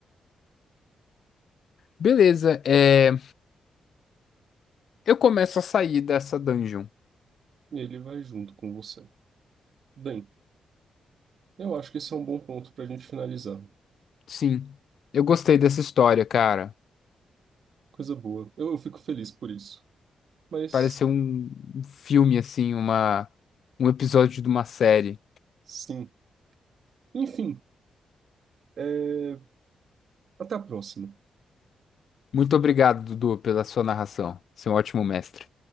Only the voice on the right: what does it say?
e ele vai junto com você. Bem, eu acho que esse é um bom ponto para a gente finalizar.
Coisa boa. Eu, eu fico feliz por isso. Mas,
sim. Enfim, é, até a próxima.